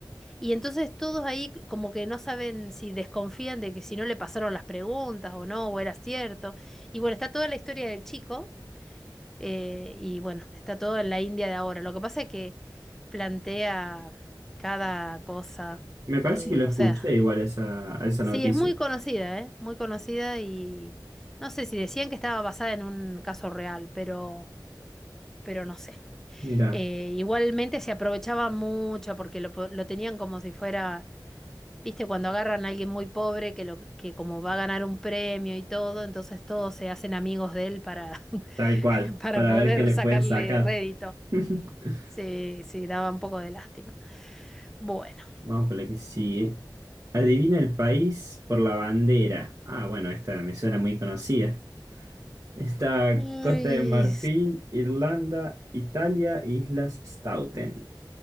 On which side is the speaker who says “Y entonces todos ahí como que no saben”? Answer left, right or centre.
Centre